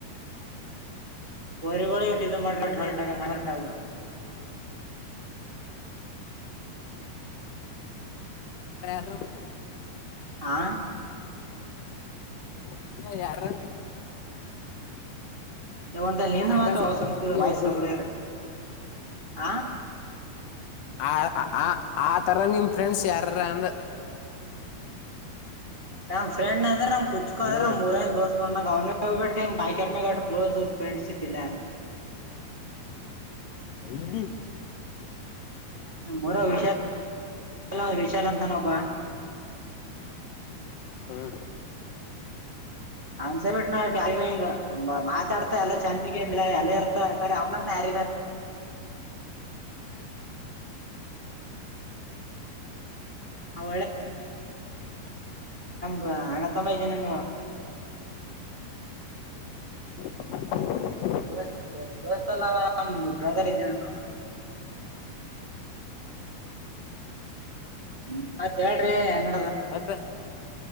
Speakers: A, on the right; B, on the left.
A: ಹೊರಿ ಒ ಮಾಡ್ರರಟಕ ನಟಬಡ.
B: ವೇರ.
A: ಹಾ
B: ಮತ್ರ ಯಾರಾ
A: ನೀ ಒಂದಲ್ಲಿ ನಿಂದ
B: ಆಕಾಶ್
A: ಮಾತ್ರ ವಸಂತ
B: ಪತಂಗಿ
A: ವಯಸ್ಸಬರ
B: ಅವರು
A: ಇರ ನ ಆ
B: ಆ ಆ ಆ ತರ ನಿಮ್ ಫ್ರೆಂಡ್ಸ್ ಯಾರಾರ ಅಂದ
A: ನಮ ಫ್ರೆಂಡ್ ಅಂದ್ರೆ ನಮ್ ಕುಚ್ಕೋ
B: ಹಲೋ
A: ಅ್ರ ನಮ್ ಊರದ ದೋಸ್ ಅವ್ನ ಮ್ಯಾಗ್ ಬಿಟ್ ಬಾಕಿ ಯಾರ್ ಮ್ಯಾಗ ಅಟ್ ಕ್ಲೋಸ್ ಫ್ರೆಂಡ್ಸ್ ಇದಿಲ್ಲ.
B: <unintelligible>
A: ನಮ್ಮೂರ ವಿಷಯ <unintelligible>
B: ಹ್ಮ್
A: ಅನ್ಸ ಬಿಟ್ಟ ನ ಟಂಗ ಮಾತಾಡ್ತಾ ಎಲ್ಲಾ ಚಂದಗಲ ಎಲ್ಲ ಇರ್ತ ಅವನಂಗ ಯಾರ ಅವ ನ ಅನತ ಮೈ ಜನಂಗಾ
B: ಹ
A: ದ ದೋಸ್ತಲ್ಲ ನ <unintelligible> ಇದಲ್ಲ ಮತ್ತತ್ ಹೇಳ್ರಿ ಏನ
B: ಮತ್ತೆ